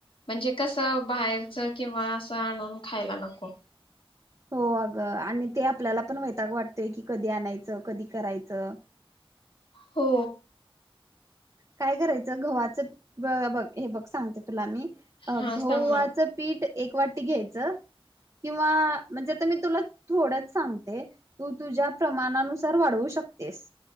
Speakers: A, on the left; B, on the right.
A: म्हणजे कसं बाहेरच किंवा असं आणून खायला नको.
B: हो अगं आणि ते आपल्याला पण वैताग वाटतय की कधी आणायचं, कधी करायचं.
A: हो
B: काय करायचं गव्हाचं बघ हे बघ सांगते तुला मी अ
A: हा
B: गव्हाच
A: सांग ना
B: पीठ एक वाटी घ्यायचं किंवा म्हणजे आता मी तुला थोडच सांगते तू तुझ्या प्रमाणानुसार वाढवू शकतेस.